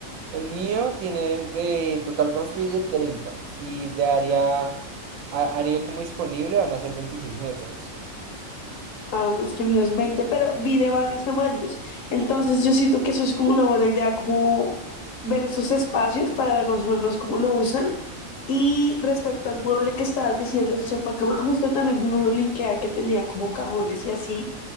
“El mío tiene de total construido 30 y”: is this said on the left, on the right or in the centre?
Right